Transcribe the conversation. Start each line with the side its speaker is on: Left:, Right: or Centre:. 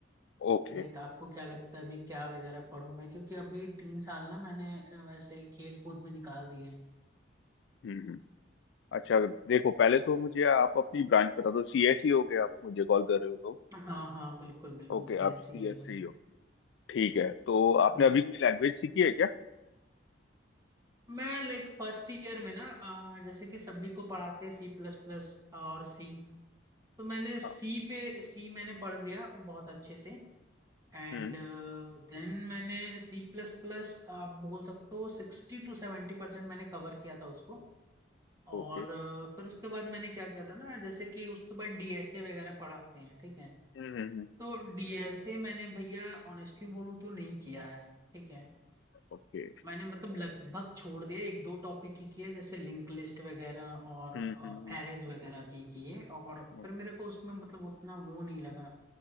Left: ओके
Right: कि लाइक आपको क्या लगता है अभी क्या वगैरह पढूं मैं क्योंकि अभी तीन साल ना मैंने अ, वैसे खेल कूद में निकाल दिए हैं
Left: हम्म हम्म अच्छा देखो पहले तो मुझे आप अपनी ब्रांच बता दो सीएसई हो गए आप मुझे कॉल कर रहे हो तो
Right: हाँ हाँ बिल्कुल बिल्कुल
Left: ओके
Right: सी
Left: आप
Right: ऐसी
Left: सीएसई
Right: है भाई
Left: हो ठीक है तो आपने
Right: हम्म।
Left: अभी कोई लैंग्वेज सीखी है क्या
Right: मैं लाइक फर्स्ट ईयर में ना अ, जैसे कि सभी को पढ़ाते हैं सी प्लस प्लस और सी तो मैंने सी
Left: हाँ
Right: पे सी मैंने पढ़ लिया बहुत अच्छे से एंड
Left: हम्म
Right: देन मैंने सी प्लस प्लस आप बोल सकते हो सिक्सटी टू सेवेंटी परसेंट मैंने कवर किया था उसको और
Left: ओके
Right: अ, फिर उसके बाद मैंने क्या किया था ना जैसे कि उसके बाद डीएसए वगैरह पढ़ाते हैं ठीक है
Left: हम्म हम्म हम्म,
Right: तो डीएसए मैंने भैया ऑनेस्टली बोलूँ तो नहीं किया है ठीक है
Left: ओके
Right: मैंने मतलब लगभग छोड़ दिया एक दो टॉपिक ही किए जैसे लिंक लिस्ट वगैरह और
Left: हम्म हम्म हम्म
Right: एरेज वगैरह की किए और
Left: हम्म,
Right: फिर मेरे को उसमें मतलब उतना वो नहीं लगा